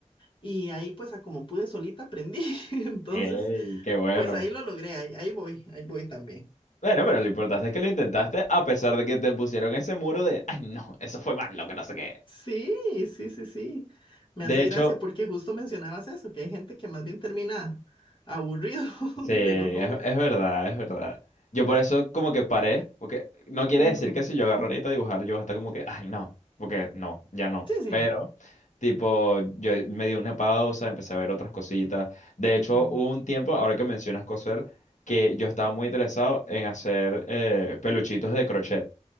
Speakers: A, on the left (about 40°); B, on the left (about 80°).
A: y ahí pues a como pude solita aprendí. <laughs> Entonces,
B: Ey, qué bueno.
A: pues ahí lo logré, ahí, ahí voy, ahí voy también.
B: Bueno, pero lo importante es que lo intentaste a pesar de que te pusieron ese muro de, ay, no, eso fue malo, que no sé qué.
A: Sí, sí, sí, sí. Me
B: De
A: hace
B: hecho,
A: gracia porque justo mencionabas eso, que hay gente que más bien termina aburrido <laughs>
B: sí,
A: de
B: es,
A: los hobbies.
B: es verdad, es verdad. Yo por eso como que paré, porque no quiere
A: Ujú.
B: decir que si yo agarro ahorita a dibujar, yo hasta como que, ay, no, porque no, ya no.
A: Sí, sí,
B: Pero,
A: no.
B: tipo, yo me di una pausa, empecé a ver otras cositas. De
A: Ujú.
B: hecho, hubo un tiempo, ahora que mencionas coser, que yo estaba muy interesado en hacer eh, peluchitos de crochet.